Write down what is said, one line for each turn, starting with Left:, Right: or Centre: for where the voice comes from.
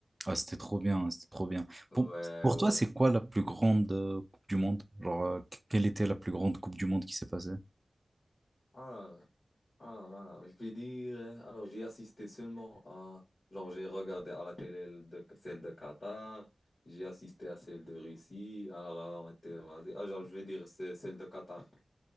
Right: Ah, c'était trop bien, c'était trop bien.
Left: Ouais,
Right: Pour, pour
Left: ouais.
Right: toi, c'est quoi la plus grande euh, Coupe du Monde? Genre, euh, que- quelle était la plus grande Coupe du Monde qui s'est passée?
Left: Alors, alors, alors, je vais dire... euh, Alors, j'ai assisté seulement à... Genre, j'ai regardé à la télé de, celle de Qatar, j'ai assisté à celle de Russie, alors, on était rasés. Ah, genre, je vais dire c'est celle de Qatar.